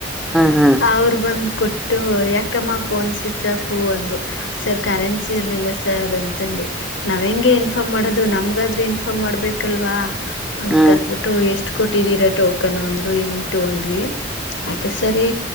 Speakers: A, in the centre; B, on the left (about 80°).
A: ಹ್ಮ್ ಹ್ಮ್ ಹ್ಮ್
B: ಅವರು ಬಂದು ಕೊಟ್ಟ ಯಾಕಮ್ಮ ಫೋನ್ ಸ್ವಿಚ್ ಆಫು ಅಂದರು ಸರ್ ಕರೆನ್ಸಿ ಇರ್ಲಿಲ್ಲ ಸರ್ ಅಂತಂದೇ ನಾವ್ ಹೆಂಗೆ ಇನ್ಫಾರ್ಮ್ ಮಾಡೋದು ಅದು ನಮ್ಗಾದ್ರೆ ಇನ್ಫಾರ್ಮ್ ಮಾಡ್ಬೇಕಲ್ವಾ ಅಂತನ್ಬಿಟ್ಟು
A: ಹ್ಮ್ ಹ್ಮ್ ಹ್ಮ್ ಹ್ಮ್
B: ಎಷ್ಟು ಕೊಟ್ಟಿದೀರ ಟೋಕನ್ ಅಂದ್ರು ಎಂಟು ಅಂದ್ವಿ <unintelligible> ಸರಿ